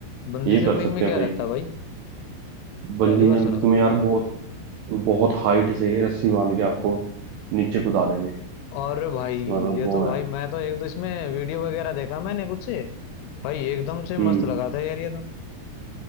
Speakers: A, on the left; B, on the right.
A: बंजी
B: ये
A: जंपिंग
B: कर सकते
A: में
B: हैं
A: क्या
B: भाई
A: रहता है भाई
B: बंजी
A: पहली बार
B: जंपिंग
A: सुना था
B: में यार बहुत बहुत हाइट से रस्सी बांध के आपको नीचे कूदा देंगे
A: और भाई
B: मतलब
A: ये
B: वो
A: तो भाई
B: है
A: मैं तो एक दो इसमें वीडियो वगैरह देखा मैंने कुछ से भाई एकदम से मस्त
B: हम्म
A: लगा था यार ये तो